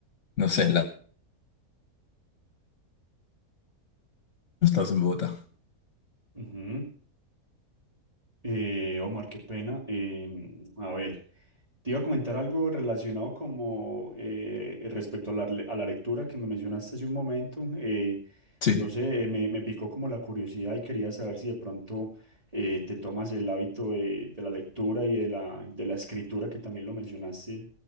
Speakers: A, on the left; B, on the right.
A: no sé, la... Estás en Bogotá.
B: Ujú. Eh, Omar, qué pena. Em, a ver. Te iba a comentar algo relacionado como eh, respecto a la, le- a la lectura que me mencionaste hace un momento. eh,
A: Sí.
B: no sé, eh, me, me picó como la curiosidad y quería saber si de pronto eh, te tomas el hábito de, de la lectura y de la, de la escritura, que también lo mencionaste